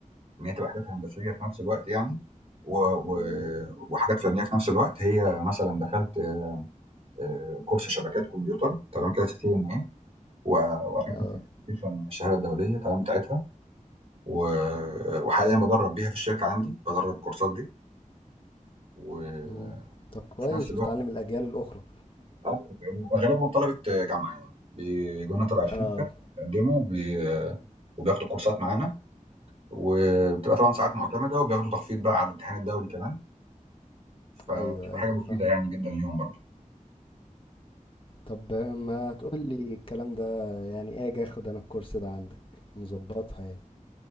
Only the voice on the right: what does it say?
ان هي تبقى حاجات هندسيه في نفس الوقت يعني و... و...
وحاجات فنيه في نفس الوقت هي مثلا دخلت آه، كورس شبكات كمبيوتر تمام كده سي تي ان اي واخدت
السيرتيفيكيشن الشهاده الدوليه تمام بتاعتها و... وحاليا بدرب بيها في الشركه عندي بدرب الكورسات دي وفي
نفس الوقت
آه، واغلبهم طلبه جامعه يعني بيجوا لنا تبع الشركه
بيقدموا وبي... وبياخدوا كورسات معانا وبتبقى طبعًا ساعات مُعتمدة وبياخدوا تخفيض بقى على الامتحان الدولي كمان، فبتبقى
حاجة مفيدة
يعني جدًا ليهم برضه.